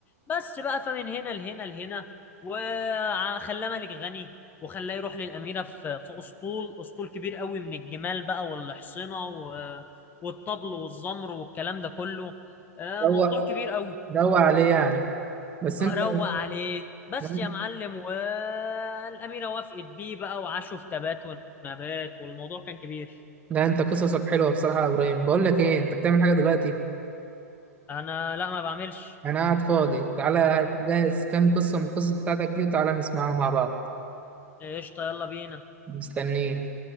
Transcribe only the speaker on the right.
روق
روق عليه يعني بس
انت
لا
لا، انت قصصك حلوه بصراحه يا ابراهيم بقول لك ايه انت بتعمل حاجه دلوقتي
انا قاعد فاضي تعالى جهز كام قصه من القصص بتاعتك دي وتعالى نسمعها مع بعض
مستنيك